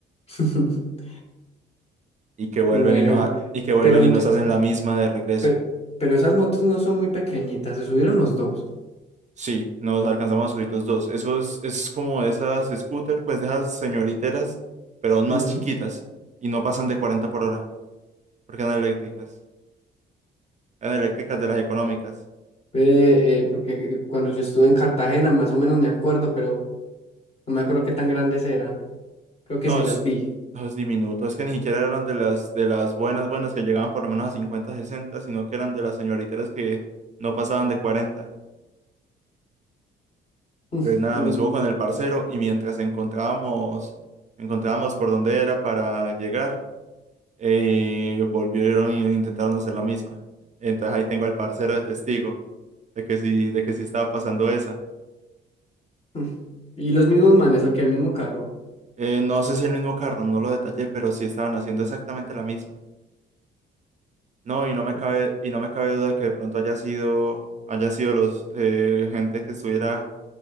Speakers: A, on the left; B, on the right.
A: <laughs>
B: Y que vuelven
A: Bueno,
B: y nos, ha- y que vuelven
A: pero, ent-
B: y nos hacen la misma de regreso.
A: per- pero, esas motos no son muy pequeñitas, se subieron los dos.
B: Sí, nos alcanzamos a subir los dos. Eso es, es como esas scooter, pues de esas señoriteras, pero aún más
A: Ujú.
B: chiquitas. Y no pasan de 40 por hora, porque eran eléctricas. Eran eléctricas de las económicas.
A: Eh, eh, porque eh, cuando yo estuve en Cartagena, más o menos me acuerdo, pero no me acuerdo qué tan grandes eran. Creo que
B: No,
A: sí
B: es,
A: las vi.
B: no, es diminuto. Es que ni siquiera eran de las, de las buenas, buenas que llegaban por lo menos a 50 60, sino que eran de las señoriteras que no pasaban de 40.
A: <laughs>
B: Entonces nada,
A: Mm,
B: me subo con el parcero y mientras encontrábamos, encontrábamos por dónde era para llegar, eh, volvieron y intentaron hacer la misma. Entonces ahí tengo al parcero de testigo de que sí, de que sí estaba pasando esa.
A: mm. Y los mismos manes, o que el mismo carro.
B: Eh, no sé si el mismo carro, no lo detallé, pero sí estaban haciendo exactamente la misma. No, y no me
A: Bueno,
B: cabe, y no me cabe duda que de pronto haya sido, haya sido los eh, gente que estuviera